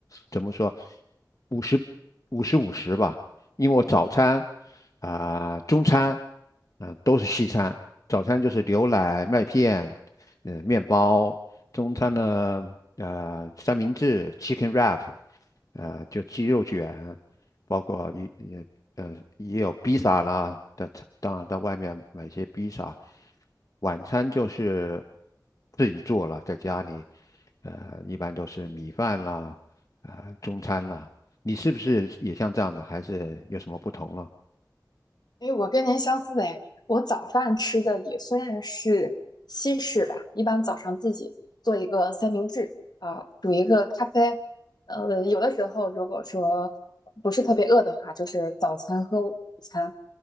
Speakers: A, on the left; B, on the left.
A: 怎么说，五十五十五十吧，因为我早餐啊、中餐啊、都是西餐，早餐就是牛奶麦片。呃，面包，中餐呢，呃，三明治 （chicken wrap），呃，就鸡肉卷，包括也也呃也有披萨啦，在当然到外面买些披萨。晚餐就是自己做了，在家里，呃，一般都是米饭啦，啊、中餐啦。你是不是也像这样的，还是有什么不同了？
B: 哎，我跟您相似的，我早饭吃的也算是西式吧，一般早上自己做一个三明治，啊、煮一个咖啡，呃，有的时候如果说不是特别饿的话，就是早餐和午餐